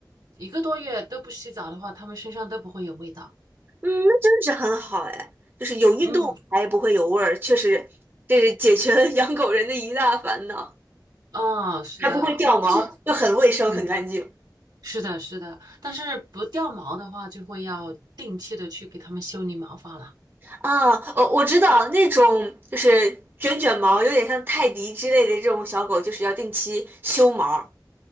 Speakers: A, on the right; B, on the right.
A: 一个多月都不洗澡的话，他们身上都不会有味道。
B: 嗯，那真的是很好哎，就是有运动还不会有味儿，
A: 嗯，
B: 确实这是解决了养狗人的一大烦恼，
A: 啊，是的，
B: 还不会掉毛，
A: 而且
B: 又很卫生很干净。
A: 对，是的，是的，但是不掉毛的话，就会要定期的去给它们修理毛发了。
B: 啊，哦，我知道那种就是卷卷毛，有点像泰迪之类的这种小狗，就是要定期修毛。